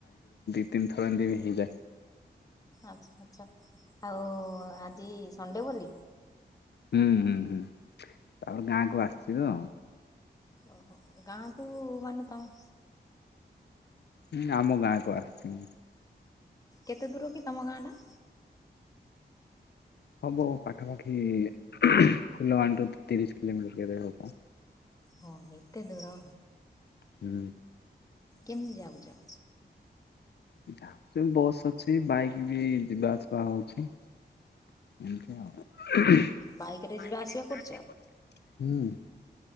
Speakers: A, on the left (about 70°); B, on the left (about 20°).
A: ଥିଲେ
B: ଆଚ୍ଛା-ଆଚ୍ଛା ଆଉ ଆଜି ସଣ୍ଡେ ବୋଲି?
A: ହୁଁ-ହୁଁ-ହୁଁ ଆଉ ଗାଁକୁ ଆସିବ।
B: ଓହୋ ଗାଁକୁ ମାନେ ତମ
A: ହୁଁ ଆମ ଗାଁକୁ ଆସିଚି।
B: କେତେ ଦୂର କି ତମ ଗାଁ ଟା?
A: ହବ ପାଖାପାଖି ଫୁଲବାଣୀରୁ ତିରିଶି କିଲୋମିଟର୍ ଭିତରେ ହବ।
B: ହଁ ଏତେ ଦୂର।
A: ହୁଁ।
B: କେମ୍ତି ଯାଉଚ?
A: <unintelligible> ବସ୍ ଅଛି ବାଇକ୍ ବି ଯିବା ଆସିବା ହଉଚି। <inaudible>
B: ବାଇକ ରେ ଯିବା ଆସିବା କରୁଛ?